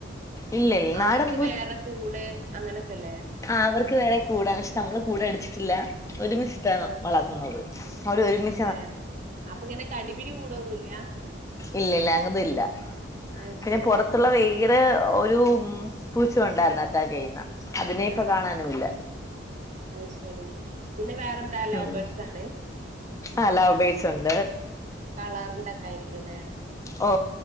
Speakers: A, on the left; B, on the right.
A: ഇല്ല ഇല്ല നാടൻ
B: അവർക്ക് വേറെ കൂട് അങ്ങനൊക്കല്ലേ
A: ആഹ് അവർക്ക് വേറെ കൂടാ പക്ഷെ നമ്മള് കൂട് അടിച്ചിട്ടില്ല ഒരുമിച്ചിട്ടാണ്
B: ആഹ്
A: വളർ ഉം അതെ അവരെ ഒരുമി
B: ഏഹ് അപ്പ ഇങ്ങനെ കടിപിടി കൂടോന്നും ഇല്ല
A: ഇല്ലല്ല അങ്ങത് ഇല്ല
B: അത്
A: പിന്നെ
B: ശരി
A: പൊറത്തുള്ള
B: ആഹ്
A: വെയി <unintelligible> ഒരു ഉം പൂച്ച ഒണ്ടായിരുന്നു അറ്റാക്ക് ചെയ്യുന്ന അതിനെ ഇപ്പ
B: ആഹ്
A: കാണാനും ഇല്ല
B: അത് ശരി പിന്നെ വേറെന്താ
A: ഉം
B: <unintelligible>
A: ആഹ് ലൗബേഡ്സ് ഒണ്ട്
B: കളറിന്റെക്കെ ആയിരിക്കൂല്ലേ
A: ഓ